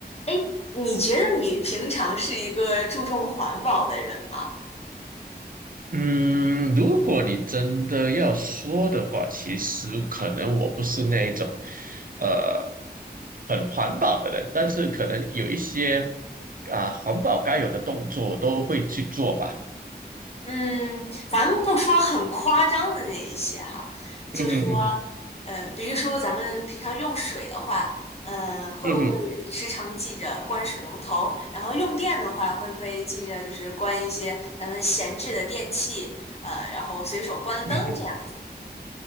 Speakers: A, on the left; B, on the right.
A: 哎，你觉得你平常是一个注重环保的人吗？
B: 嗯，如果你真的要说的话，其实可能我不是那一种，呃，很环保的人，但是可能有一些啊、环保该有的动作我都会去做吧。
A: 嗯，咱们不说很夸张的那一些哈，就说，
B: 嗯哼哼，
A: 呃，比如说咱们平常用水的话，嗯、会不会时常记着关水龙头？
B: 嗯哼，
A: 然后用电的话，会不会记着就是关一些咱们闲置的电器，呃，然后随手关灯这样子？
B: 嗯哼。